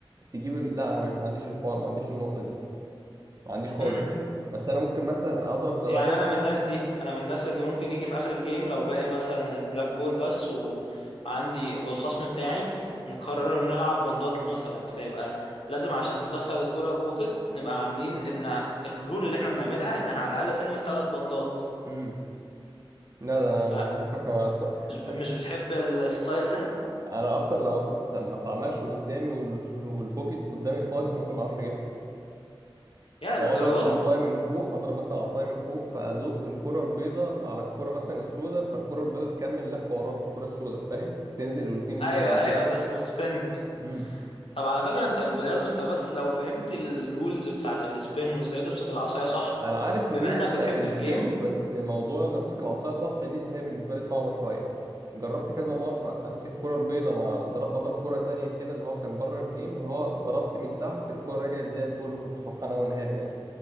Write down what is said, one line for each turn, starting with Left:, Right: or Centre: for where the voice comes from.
Right: تجيب ال... لا انا ما عنديش الحوار ما عنديش النقطة دي ما عنديش خالص
Left: امم
Right: بس انا ممكن مثلا اضرب زوايا
Left: يعني انا من الناس دي انا من الناس اللي ممكن يجي في اخر الجيم لو باقي مثلا البلاك بول بس وعندي والخصم بتاعي نقرر نلعب بندات مثلا فيبقى لازم عشان تدخل الكرة في بوكت نبقى عاملين ان الرول اللي احنا بنعملها انها على الاقل تلمس ثلاث بندات
Right: امم لا ده انا
Left: فمش
Right: ما عندي <laughs>
Left: مش بتحب الستايل ده
Right: انا اصلا لو ما اتعملش قدامي وال... <laughs> والبوكيت قدامي فاضي ممكن ما اعرفش اجيبها
Left: يا للدرجة
Right: او اضرب العصايه
Left: دي
Right: من فوق اضرب مثلا العصايه من فوق فازق الكره البيضاء على الكره مثلا السوداء فالكره البيضاء تكمل لفه ورا الكره السوداء فاهم وتنزل والاتنين ينزلوا
Left: ايوه
Right: في البوكيت
Left: ايوه ده اسمه سبين
Right: امم.
Left: طب على فكرة انت البلياردو انت بس لو فهمت الرولز بتاعت السبين وازاي تمسك العصاية صح
Right: انا عارف
Left: بما
Right: الرولز
Left: انك
Right: بتاعت
Left: بتحب
Right: السبين
Left: الجيم
Right: بس موضوع ان امسك العصايه صح دي اللي هي بالنسبه لي صعبه شويه جربت كذا مره امسك كره البيضه مع در- اضرب كره تانية كده اللي هو كان بره الجيم اللي هو ضربت من تحت الكره رجعت زي الفل وكنت فرحان قوي ان هي رجعت